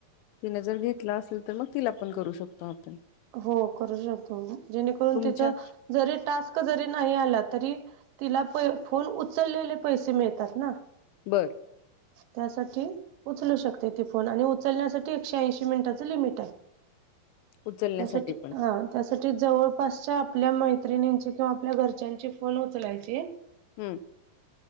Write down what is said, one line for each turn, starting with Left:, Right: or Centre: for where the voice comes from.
Left: तिने जर घेतला असेल तर मग तिला पण करू शकतो आपण
Right: हो करू शकतो जेणेकरून
Left: तुमच्या
Right: तिच जरी टास्क जरी नाही आला तरी तिला प फोन उचललेले पैसे मिळतात ना
Left: बरं
Right: त्यासाठी उचलू शकते ते फोन आणि उचलण्यासाठी एकशे ऐंशी मिनिटाचं लिमिट आहे
Left: उचलण्यासाठी
Right: त्यासाठी
Left: पण
Right: हा त्यासाठी जवळपासच्या आपल्या मैत्रिणींची किंवा आपल्या घरच्यांची फोन उचलायची
Left: हम्म